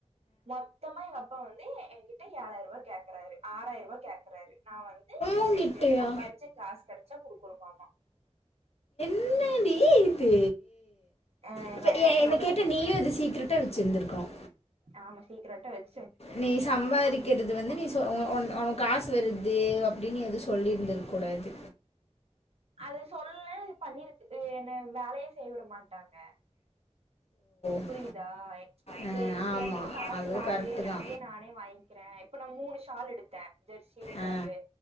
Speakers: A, on the right; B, on the left.
A: மொத்தமா எங்க அப்பா வந்து எங்கிட்ட ஏழாயி ரூபா கேக் றாரு ஆறாயரூவா கேக்றாரு நா வந்து
B: உங்ககிட்டயா
A: எனக்கு சம்பாரிச்ச காசு கெடச்சா குடுக்கணுமாமா
B: என்னடி இது
A: ஆ
B: இப்ப
A: எங்க அப்பா சொல்றாரு
B: என்ன கேட்டா நீயு இது சீக்ரெட் டா வெச்சிருந்திருக்கணு
A: ஆமா சீக்கிரட்டா வெச்
B: நீ சம்பாரிக்கிறது வந்து நீ சொ ஒன் ஒனக்கு காசு வருது அப்டின்னு எது சொல்லியிருந்திருக்கூடாது
A: அத சொல்லல இது பண்ணிருக்குது என்ன வேலயே செய்வுடமாட்டாங்க
B: ஓ
A: புரியிதா
B: ஆ
A: சேரி
B: ஆமா
A: எங்கிட்ட காசு
B: அதுவு
A: வருது
B: கரெக்ட்டு
A: எனக்கே
B: தா
A: நானே வாய்ங்கிற இப்ப நா மூணு ஷால் எடுத்த ஜெர்சி
B: ஆ
A: ஜாபு